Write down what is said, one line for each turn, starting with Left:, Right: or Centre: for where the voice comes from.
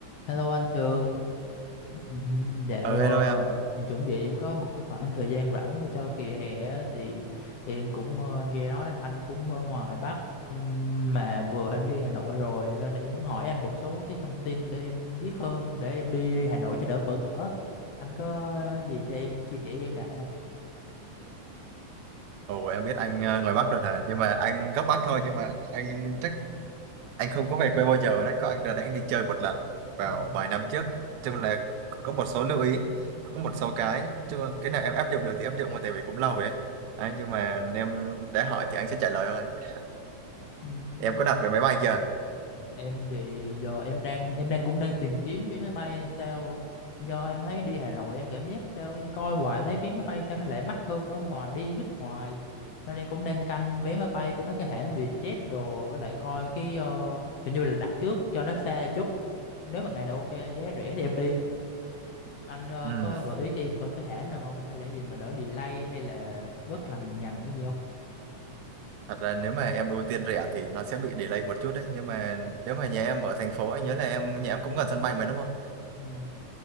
Left: Hello anh Trường, Ừm, dạo
Right: Ờ hello
Left: ờ,
Right: em.
Left: chuẩn bị em có một cái khoảng thời gian rảnh để cho kỳ hè á, thì, thì em cũng ờ, nghe nói là anh cũng ở ngoài Bắc ừm, mà vừa anh đi Hà Nội rồi nên là em muốn hỏi anh một số cái thông tin để em biết hơn để em đi Hà Nội cho đỡ bỡ ngỡ. Anh có gì cho em chia sẻ với em lại không?
Right: Ồ em biết anh ờ, ngoài Bắc rồi nè, nhưng mà anh gốc Bắc thôi nhưng mà anh chắc anh không có về quê bao giờ đấy, có anh ra đây anh đi chơi một lần vào
Left: Ừm,
Right: vài năm trước. Chung là cũng có một số lưu ý, cũng có một số cái, chứ cái nào em áp dụng được thì áp dụng mà tại vì cũng lâu rồi ấy. Đấy,
Left: dạ.
Right: nhưng mà em đã hỏi thì anh sẽ trả lời thôi.
Left: Ừm,
Right: Em có đặt vé máy bay chưa?
Left: Em thì giờ em đang em đang cũng đang tìm kiếm vé máy bay sao do em thấy đi Hà Nội em cảm giác sao em coi hoài em thấy vé máy bay sao nó lại mắc hơn ở ngoài đi nước ngoài nên em cũng đang canh vé máy bay của mấy cái hãng Vietjet đồ với lại coi cái ờ, hình như là đặt trước cho nó xa chút nếu mà ngày đầu ok giá rẻ thì em đi anh ờ,
Right: Ừ,
Left: có gợi ý cho em về cái hãng nào không hay là gì mà đỡ delay hay là bớt lằng nhằng cái gì không
Right: thật ra nếu mà em ưu tiên rẻ thì nó sẽ bị delay một chút đấy, nhưng mà nếu mà nhà em ở thành phố anh nhớ là em nhà em cũng gần sân bay mà đúng không?
Left: ừ.